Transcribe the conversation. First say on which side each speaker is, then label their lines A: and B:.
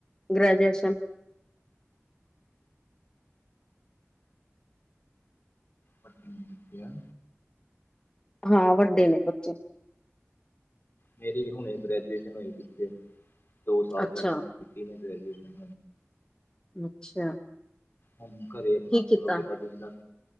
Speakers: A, on the left; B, on the left.
A: ਗ੍ਰੈਜੂਏਸ਼ਨ।
B: ਅੱਜ ਨੀ ਉਠਿਆ।
A: ਹਾਂ। ਵੱਡੇ ਨੇ ਬੱਚੇ
B: ਮੇਰੀ ਹੁਣੇ ਗ੍ਰੈਜੂਏਸ਼ਨ ਹੋਈ ਪੀਛੇ। ਦੋ ਸਾਲ
A: ਅੱਛਾ
B: ਪਹਿਲਾਂ ਕੀਤੀ ਮੈਂ ਗ੍ਰੈਜੂਏਸ਼ਨ
A: ਅੱਛਾ
B: ਹੁਨ ਘਰੇ ਆਪਣਾ
A: ਕੀ
B: ਥੋੜ੍ਹਾ
A: ਕੀਤਾ
B: ਬਹੁਤਾ ਬਿਜਨਸ